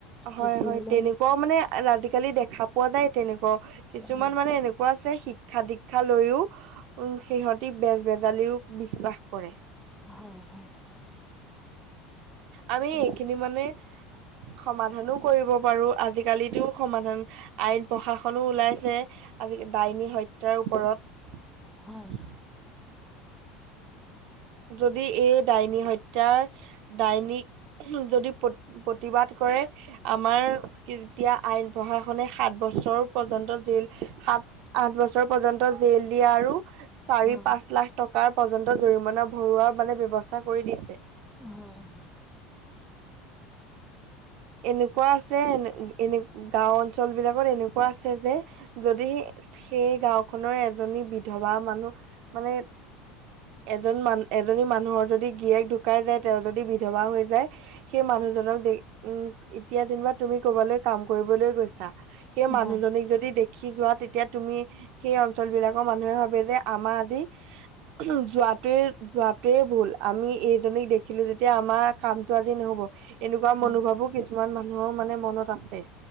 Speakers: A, on the right (about 65°); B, in the centre.
A: হয়
B: বেচি
A: হয়,
B: হ'লেও
A: তেনেকুৱাও মানে আজিকালি দেখা পোৱা যায় তেনে ব, কিছুমান
B: হয়
A: মানে এনেকুৱা ছে শিক্ষা দীক্ষা লৈও উম, সিহঁতি বেজ বেজালিও বিশ্বাস কৰে।
B: হয় হয় <inaudible>
A: আমি
B: হয়
A: এইখিনি মানে সমাধানো কৰিব পাৰোঁ, আজিকালিতো সমাধান আইন প্ৰশাসনো ওলাইছে আজিকা ডাইনী হত্যাৰ ওপৰত।
B: হয়
A: যদি এই ডাইনী হত্যাৰ, ডাইনীক যদি প্ৰত-প্ৰতিবাদ কৰে আমাৰ তেতিয়া আইন প্ৰশাসনে সাত ব ছৰ পৰ্যন্ত জেল, সাত আঁঠ বছৰ পৰ্যন্ত জেল দিয়া আৰু চাৰি
B: হয়
A: পাঁচ লাখ টকাৰ পৰ্যন্ত জৰিমনা ভৰোৱাৰ মানে ব্যৱস্থা কৰি দিছে।
B: হয় <inaudible>
A: এনেকুৱা আছে এন এনে গাওঁ অঞ্চল বিলাকত এনেকুৱা আছে যে, যদি <inaudible> সেই গাওঁখনৰে এজনী বিধৱা মানুহ মানে এজন মান এজনী মানুহৰ যদি গীৰিয়েক ঢুকাই যায় তেওঁ যদি বিধৱা হৈ যায়, সেই মানুহ জনক দে উম, এতিয়া যেনিবা তুমি কবালৈ কাম কৰিবলৈ গৈছা, সেই মানুহজনীক
B: হয়
A: যদি দে খি যোৱা তেতিয়া তুমি সেই অঞ্চল বিলাকৰ মানুহে ভাবে যে আমাৰ আজি <inaudible> যোৱা তাতে যোৱাতোৱে ভুল, আমি এইজনীক দেখিলোঁ যেতিয়া আমাৰ কামটো আজি ন'হব এনেকুৱা
B: হয়
A: মনোভাৱো কিছুমান মানুহৰ মানে মনত আছে।